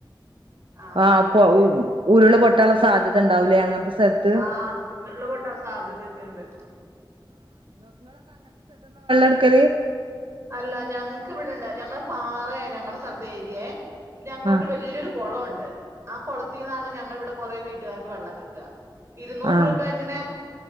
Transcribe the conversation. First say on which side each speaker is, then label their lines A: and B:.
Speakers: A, on the right; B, on the right.
A: ആ
B: ആഹ
A: അങ്ങനൊക്കെ
B: ആ് ഉരുൾ പൊട്ടാനുള്ള സാധ്യത ഉണ്ടാവൂലേ അങ്ങനത്തെ സ്ഥലത്ത്
A: ആഹ ഉരുളപൊട്ടാ സാധ്യതൊക്കെണ്ട്
B: ക്ക
A: അല്ല ഞങ്ങക്ക് ഇവിടെണ്ട് ഞങ്ങളുടെ പാറയെ ഞങ്ങളടെ സ്ഥലത്ത് ഏരിയെ പിന്നെ ഞങ്ങക്ക് അവിടെ
B: ആഹ്
A: വലിയരു കുളംണ്ട് ആ കൊളത്തിന്നാണ് ഞങ്ങിവിടെ കൊറെേ വീട്ടുകാർക്ക് വെള്ളം കിട്ടുക ഇരുന്നൂറ്
B: ആഹ്
A: രൂപ എങ്ങനെ